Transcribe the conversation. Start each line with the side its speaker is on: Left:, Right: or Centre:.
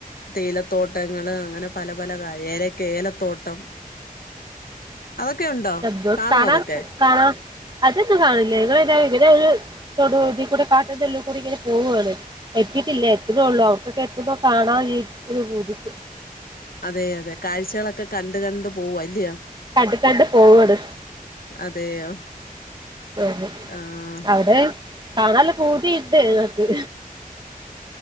Left: തേലത്തോട്ടങ്ങള്അങ്ങനെ പല പല കാര്യ ഏലക്ക ഏലത്തോട്ടം
Right: <unintelligible>
Left: അതൊക്കെ ഉണ്ടോ
Right: ശബ്ധോം
Left: കാണുവോ
Right: കാണാൻ
Left: അതൊക്കെ
Right: കാ അതൊന്നും കാണല്ല്യ ങ്ങളെതെ ങ്ങനൊര് തൊടു ദി കൂടെ കാട്ടിന്റുല്ലുകൂടി ഇങ്ങനെ പോവാണ് ഏ കിട്ടില്ല എതുണൊള്ളൂ അവ്ട്ക്കൊക്കെ എത്തുമ്പോ കാണാനി കൊരു പുതിക്
Left: അതെ അതെ കാഴ്ചെളൊക്കെ കണ്ട് കണ്ട് പോവാ ല്യോ
Right: കണ്ട് കണ്ട് പോവാണ്
Left: അതെയോ
Right: അഹ്
Left: ആഹ്
Right: അവടെ കാണല്ല പുതി ണ്ട് ക്